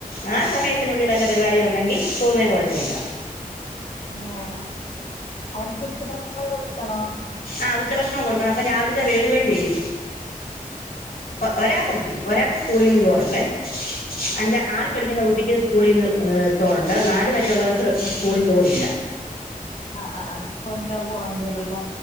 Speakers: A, on the left; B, on the left.
A: ആഹ് സമയത്തിനുള്ളി വല്ല പരിപാടി ഉണ്ടെങ്കി പോകുന്നതിന് കൊഴപ്പല്ല
B: ആഹ് അതെയാ അവർക് ഉച്ചഭക്ഷണം കൊട്ക്കണോ
A: ആഹ് ഉച്ചഭക്ഷണം കൊടുക്കണം അപ്പൊ രാവിലത്തെ വേകുകയും ചെയ്യും ഒരാക്ക് മതി ഒരാക്ക് സ്കൂളീന്ന് ചോറുണ്ടെ എന്റെ ആറി പഠിക്കുന്ന കുട്ടിക്ക് സ്കൂളീന്ന് ഏഹ് ചോറ്ണ്ട് നാല് വരെ ഉള്ളവർക്ക് സ്കൂളി ചോറില്ല
B: ആഹ് ആഹ് കൊണ്ട പോവാ വരല്ല